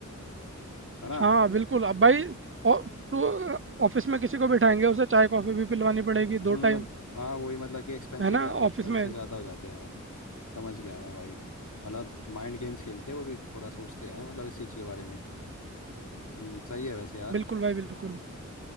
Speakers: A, on the left; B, on the right.
A: है ना
B: हाँ बिल्कुल अब भाई औ- तो ऑफिस में किसी को बिठाएंगे उसे चाय कॉफी भी पिलवानी पड़ेगी दो
A: हम्म,
B: टाइम
A: मतलब- हाँ वही मतलब कि एक्सपेंसिव
B: है ना
A: जा एक्सपेंसिव
B: ऑफिस में
A: ज़्यादा हो जाते हैं हाँ, समझ गया मैं भाई मतलब माइंड गेम्स खेलते हैं वो भी थोड़ा सोचते हैं मतलब इस चीज़ के बारे में हम्म, सही है वैसे यार
B: बिल्कुल भाई बिल्कुल